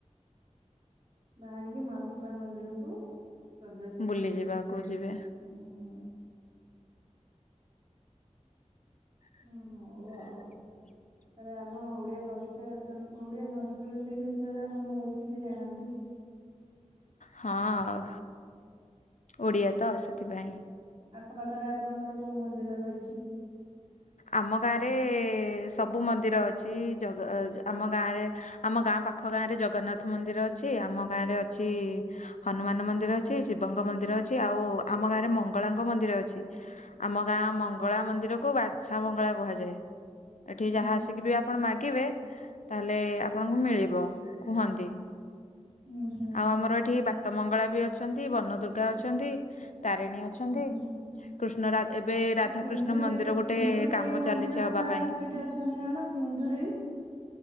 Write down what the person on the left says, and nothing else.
ବୁଲିଯିବାକୁ ଯିବେ
<inaudible>
ହଁ, ଆଉ ଓଡ଼ିଆତ, ସେଥିପାଇଁ।
ଆମ ଗାଁରେ ସବୁ ମନ୍ଦିର ଅଛି ଜଗ ଆମ ଗାଁରେ ଆମ ଗାଁ ପାଖ ଗାଁରେ ଜଗନ୍ନାଥ ମନ୍ଦିର ଅଛି ଆମ ଗାଁରେ ଅଛି ହନୁମାନ ମନ୍ଦିର ଅଛି, ଶିବଙ୍କ ମନ୍ଦିର ଅଛି, ଆଉ ଆମ ଗାଁରେ ମଙ୍ଗଳାଙ୍କ ମନ୍ଦିର ଅଛି। ଆମ ଗାଁ ମଙ୍ଗଳା ମନ୍ଦିରକୁ ବାଛା ମଙ୍ଗଳା କୁହାଯାଏ ଏଠି
ଯାହା ଆସିକିବି ଆପଣ ମାଗିବେ, ତାହେଲେ ଆପଣଙ୍କୁ ମିଳିବ, କୁହନ୍ତି।
ଆଉ ଆମର ଏଠି
ବାଟ ମଙ୍ଗଳାବି ଅଛନ୍ତି, ବନ ଦୁର୍ଗା ଅଛନ୍ତି। ତାରିଣୀ ଅଛନ୍ତି
କୃଷ୍ଣରାଧ ଏବେ ରାଧାକୃଷ୍ଣ
ମନ୍ଦିର ଗୋଟେ
କାମ
ଚାଲିଛି ହବା ପାଇଁ